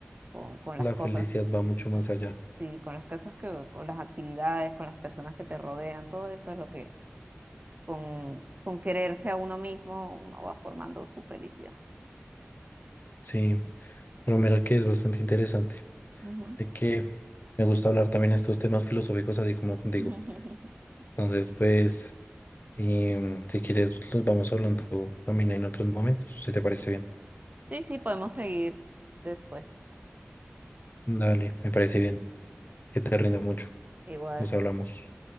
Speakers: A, on the right; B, on the left.
A: con, con
B: la
A: las cosas.
B: felicidad va mucho más allá.
A: Sí, con las cosas que, con las actividades, con las personas que te rodean, todo eso es lo que con, con quererse a uno mismo, uno va formando su felicidad.
B: Sí, pero mira que es bastante interesante.
A: Ujú.
B: Sé que me gusta hablar también estos temas filosóficos así como contigo.
A: <laughs>
B: Entonces, pues, em, si quieres, los vamos hablando también en otros momentos, si te parece bien.
A: Sí, sí, podemos seguir después.
B: Dale, me parece bien. Que te rinda mucho.
A: Igual.
B: Nos hablamos.